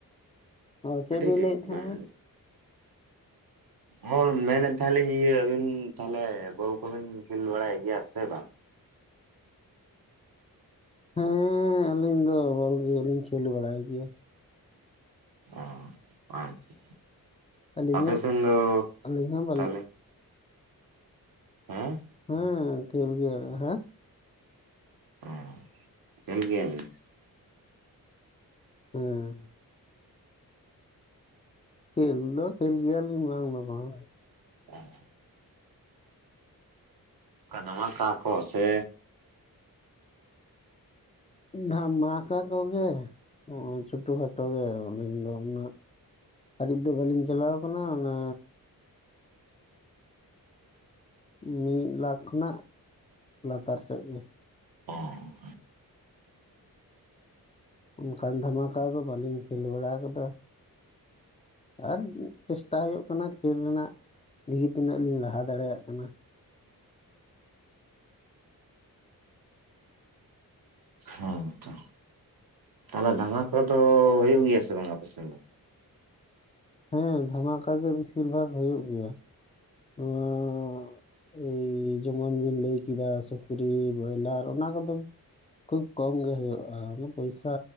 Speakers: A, on the left; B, on the right.
A: ᱚ ᱪᱮᱫ
B: ᱟᱹᱰᱤ
A: ᱵᱤᱱ
B: ᱴᱮᱥᱴ
A: ᱞᱟᱹᱭᱮᱫ ᱛᱟᱦᱮᱸᱜᱼᱟ
B: ᱵᱟᱝ ᱦᱩ ᱢᱮᱱᱮᱫ ᱛᱟᱦᱮᱞᱤᱧ ᱤᱭᱟᱹ ᱟᱹᱵᱤᱱ ᱛᱟᱦᱞᱮ ᱵᱚᱞ ᱠᱚᱵᱤᱱ ᱠᱷᱮᱞ ᱵᱟᱲᱟᱭ ᱜᱤᱭᱟ ᱥᱮ ᱵᱟᱝ
A: ᱦᱮᱸ ᱟᱹᱞᱤᱧ ᱫᱚ ᱵᱚᱞ ᱜᱮᱞᱤᱧ ᱠᱷᱮᱞ ᱵᱟᱲᱟᱭ ᱜᱮᱭᱟ
B: ᱚ ᱟᱪᱪᱷᱟ
A: ᱟᱹᱞᱤᱧ
B: ᱚᱯᱮ
A: ᱦᱟᱸᱜ
B: ᱥᱮᱱ ᱫᱚ
A: ᱟᱹᱞᱤᱧ ᱦᱚᱸ ᱵᱟᱞᱮ
B: ᱛᱟᱦᱚᱞᱮ ᱦᱟᱸ ᱾
A: ᱦᱩᱸ ᱠᱷᱮᱞ ᱜᱮᱭᱟ ᱞᱮ ᱦᱟᱸ
B: ᱚᱸ ᱠᱷᱮᱞ ᱜᱮᱭᱟᱞᱤᱧ ᱾
A: ᱦᱩᱸ ᱠᱷᱮᱞ ᱫᱚ ᱠᱷᱮᱞ ᱜᱮᱭᱟᱞᱤᱧ ᱵᱟᱝ ᱫᱚ ᱵᱟᱝ ᱾
B: <inaudible> ᱠᱟᱱᱟ ᱱᱚᱣᱟᱠᱟ ᱠᱚ ᱥᱮ
A: ᱫᱷᱟᱢᱟᱠᱟ ᱠᱚᱜᱮ ᱱᱚᱜᱼᱚᱭ ᱪᱷᱳᱴᱳ ᱠᱷᱟᱴᱚ ᱜᱮ ᱟᱹᱞᱤᱧ ᱫᱚ ᱩᱱᱟᱹᱜ ᱟᱹᱞᱤᱧ ᱫᱚ ᱵᱟᱹᱞᱤᱧ ᱪᱟᱞᱟᱣ ᱟᱠᱟᱱᱟ ᱚᱱᱟ ᱢᱤᱫ ᱞᱟᱠᱷ ᱠᱷᱚᱱᱟᱜ ᱞᱟᱛᱟᱨ ᱥᱮᱫ ᱜᱮ
B: ᱚ <inaudible>
A: ᱚᱱᱠᱟᱱ ᱫᱷᱟᱢᱟᱠᱟ ᱫᱚ ᱵᱟᱹᱞᱤᱧ ᱠᱷᱮᱞ ᱵᱟᱲᱟ ᱟᱠᱟᱫᱟ ᱟᱨ ᱪᱮᱥᱴᱟ ᱦᱩᱭᱩᱜ ᱠᱟᱱᱟ ᱠᱷᱮᱞ ᱨᱮᱱᱟᱜ ᱫᱮᱠᱷᱤ ᱛᱤᱱᱟᱹᱜ ᱞᱤᱧ ᱞᱟᱦᱟ ᱫᱟᱲᱮᱭᱟᱜ ᱠᱟᱱᱟ
B: ᱦᱮᱸ ᱛᱚ ᱛᱟᱦᱚᱞᱮ ᱫᱷᱟᱢᱟᱠᱟ ᱠᱚ ᱫᱚ ᱦᱩᱭᱩᱜ ᱜᱮᱭᱟ ᱥᱮ ᱵᱟᱝ ᱟᱯᱮ ᱥᱮᱱ ᱫᱚ
A: ᱦᱮᱸ ᱫᱷᱟᱢᱟᱠᱟ ᱜᱮ ᱵᱮᱥᱤᱨ ᱵᱷᱟᱜᱽ ᱦᱩᱭᱩᱜ ᱜᱮᱭᱟ ᱱᱚᱣᱟ ᱮᱭ ᱡᱮᱢᱚᱱ ᱵᱤᱱ ᱞᱟᱹᱭ ᱠᱮᱫᱟ ᱥᱩᱠᱨᱤ ᱵᱚᱭᱞᱟᱨ ᱚᱱᱟ ᱠᱚᱫᱚᱢ ᱠᱷᱩᱵ ᱠᱚᱢ ᱜᱮ ᱦᱩᱭᱩᱜᱼᱟ ᱚᱱᱟ ᱯᱚᱭᱥᱟ